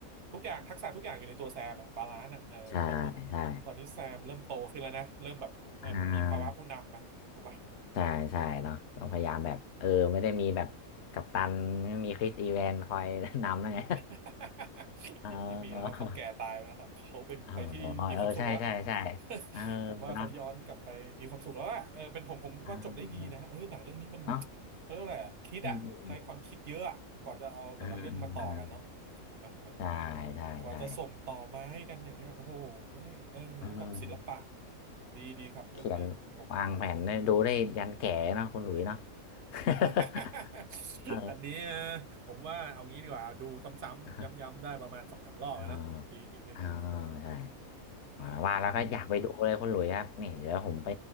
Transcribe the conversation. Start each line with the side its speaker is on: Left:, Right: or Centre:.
Right: ทุกอย่างทักษะทุกอย่างอยู่ในตัวแซมอะบาลานซ์อะเออตอนนี้
Left: ใช่ใช่
Right: ตอนนี้แซมเริ่มโตขึ้นแล้วนะเริ่มแบบเออมีภาวะผู้นำอะถูกปะ
Left: อ่า ใช่ใช่เนาะต้องพยายามแบบเออไม่ได้มีแบบกัปตันไม่มีคริสอีแวนคอยนำนะไง
Right: <laughs>
Left: <laughs> เออ
Right: ไม่มีนะครับเขาแก่ตายไปแล้วครับเขาไปไปที่มีความสุขแล้ว
Left: <laughs> เออเออใช่ใช่ใช่
Right: <laughs>
Left: เออ
Right: ผมว่าเขาย้อนกลับไปมีความสุขแล้วอะเออเป็นผมผมว่าจบได้ดีนะเออหนังเรื่องนี้มัน
Left: เนาะเออเนาะ
Right: เขาเรียกอะไรอะคิดอะใช้ความคิดเยอะอะกว่าจะเอาแต่ละเรื่องมาต่อกันเนาะถูกถูกไหมถูกไหม
Left: อืมอืมอืมอืมใช่ใช่ใช่
Right: กว่าจะส่งต่อมาให้กันอย่างเนี้ยโอ้โหแม่งเออแล้วแบบศิลปะ
Left: อืม
Right: ดีดีครับเรื่องนี้ผม
Left: เขียนวางแผนได้ดูได้ยันแก่เนาะคุณหลุยเนาะ <laughs>
Right: <laughs>
Left: เออ
Right: อันนี้เอ่อผมว่าเอางี้ดีกว่าดูซ้ำๆย้ำๆได้ประมาณสองสามรอบแล้วนะทีทีหนึ่ง
Left: <laughs> อ่า <laughs> อ่าใช่ อ่าว่าแล้วก็อยากไปดูเลยคุณหลุยครับนี่เดี๋ยวผมไป
Right: เออ